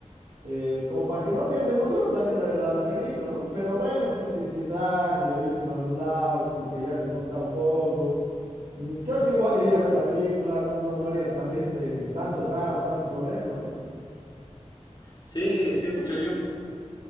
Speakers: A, on the right; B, on the left.
A: eh, como para que no pierda emoción también la, la, la película, ¿no? Pero bueno, si, si, si se da, si lo he visto en algún lado, como que ya me han contado un poco. Mm, Creo que igual iría a ver la película, no, no, no haría también eh, tanto drama, tanto problema, ¿no?
B: Sí, sí, pucha, yo,